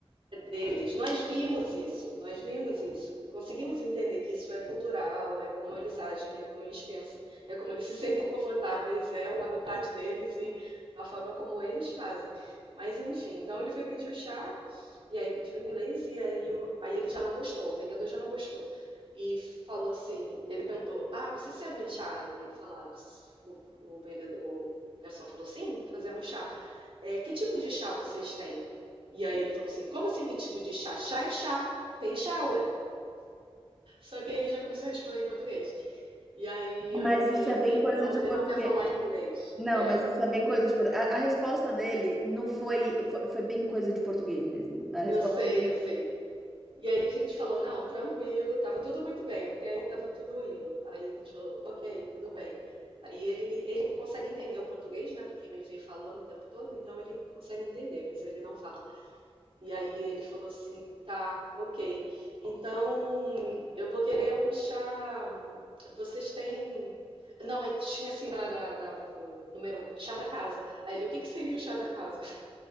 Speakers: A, on the right (about 60°); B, in the centre.
A: deles. Nós vimos isso, nós vimos isso. Conseguimos entender que isso é cultural, é como eles agem, é como eles pensam, é como eles se sentem confortáveis, é o habitat deles e a forma como eles fazem. Mas enfim, então ele foi pedir o chá e aí pediu inglês e aí, o, aí ele já não gostou, o vendedor já não gostou. E falou assim, ele perguntou, ah, vocês servem chá? E ele falava, o, o vendedor, o garçom falou, sim, fazemos chá. É, que tipo de chá vocês têm? E aí ele falou assim: Como assim? Que tipo de chá? Chá é chá. Tem chá, ué. Só que aí ele já começou a responder em português. E aí
B: Mas
A: eu falei:
B: isso é
A: Ok,
B: bem coisa
A: então
B: de
A: ele
B: português.
A: não quer falar inglês.
B: Não,
A: É,
B: mas isso é bem coisa de português. A, a resposta dele não foi, foi, foi bem coisa de português mesmo. A resposta
A: eu sei,
B: dele
A: eu sei. E aí a gente falou: Não, tranquilo, tava tudo muito bem. Até aí tava tudo indo. Aí a gente falou: Ok, tudo bem. E ele, ele consegue entender o português, né? Porque me vê falando o tempo todo, então ele consegue entender, mas ele não fala. E aí ele falou assim, tá, ok. Então eu vou querer um chá. Vocês têm. Não, aí tinha assim na, na- na- no menu, chá da casa. Aí ele, o que que seria o chá da casa? <laughs>